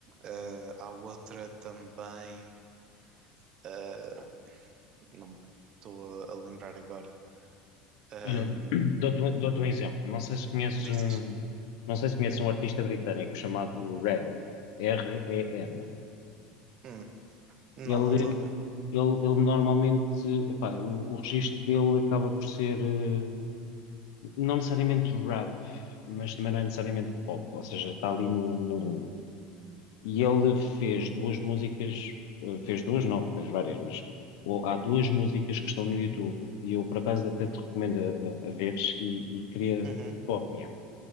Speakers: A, on the right; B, on the left.
A: uh, há outra também, uh, não me estou a, a lembrar agora. Um,
B: Olha, <clears throat> dou-te um dou-te um exemplo. Não sei se conheces
A: diz,
B: um,
A: diz.
B: não sei se conheces um artista britânico chamado Ren, R-E-N.
A: Hum, não,
B: Ele,
A: não estou a ver.
B: ele, ele normalmente, epá, o, o registro dele acaba por ser, eh, não necessariamente rap, mas também não é necessariamente pop. Ou seja, está ali num, E ele fez duas músicas, eh, fez duas, não, fez várias, mas o- há duas músicas que estão no YouTube e eu por acaso até te recomendo a, a, a veres e, e queria
A: Uhum,
B: a tua opinião.